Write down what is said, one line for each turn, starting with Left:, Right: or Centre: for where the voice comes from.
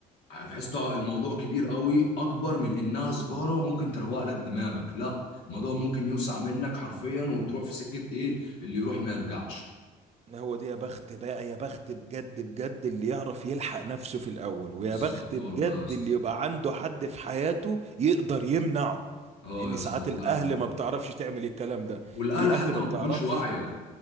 Left: تحس الموضوع كبير قوي اكبر من انها سجاره ممكن تروق لك دماغك لا الموضوع
Right: اما
Left: ممكن يوسع منك حرفيا وتروح في سكه ايه اللي يروح ما يرجعش
Right: ما هو دي يا بخت بقى يا بخت بجد بجد اللي يعرف يلحق نفسه في الأول ويا
Left: بالظبط
Right: بخت بجد
Left: والله يا اسطى
Right: اللي يبقى عنده حد في حياته يقدر يمنعه
Left: اه
Right: لأن
Left: يا اسطى
Right: ساعات
Left: والله
Right: الأهل
Left: عندك
Right: ما
Left: حق
Right: بتعرفش تعمل الكلام ده
Left: والاهل
Right: في
Left: حتى
Right: أهل ما
Left: ما
Right: بتعرفش
Left: بتكونش واعيه